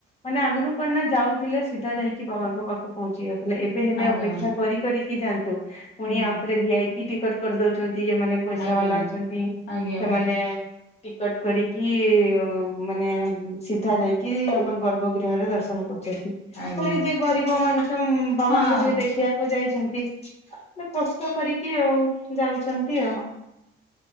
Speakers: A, on the left; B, on the left.
A: ମାନେ ଆଗରୁ କଣ ନା ଯାଉଥିଲେ ସିଧା ଯାଇକି ବାବାଙ୍କ ପାଖକୁ ପହଞ୍ଚି ଯାଉଥିଲେ। ଏବେ ହେଲେ
B: ଆଜ୍ଞା
A: ଅପେକ୍ଷା କରି କରିକି ଯାଆନ୍ତୁ ପୁଣି
B: ହୁଁ
A: ଆଉ ଥରେ ଭି ଆଇ ପି ଟିକଟ କରିଦଉଛନ୍ତି ଯେଉଁମାନେ ପଇସା
B: ଆଜ୍ଞା
A: ବାଲା ଅଛନ୍ତି
B: ଆଜ୍ଞା
A: ସେମାନେ ଟିକଟ କରିକି ମାନେ ସିଧା ଯାଇକି ଆମର ଗର୍ଭଗୃହରେ ଦର୍ଶନ। ଦର୍ଶନ କରୁଛନ୍ତି
B: ଆଜ୍ଞା
A: ମାନେ ଯେ ଗରିବ ମାନେ ତ ବାବାଙ୍କୁ
B: ହଁ
A: ଟିକେ ଦେଖିବାକୁ ଯାଇଛନ୍ତି। ମାନେ କଷ୍ଟ କରିକି ଆଉ ଯାଉଛନ୍ତି ଆଉ।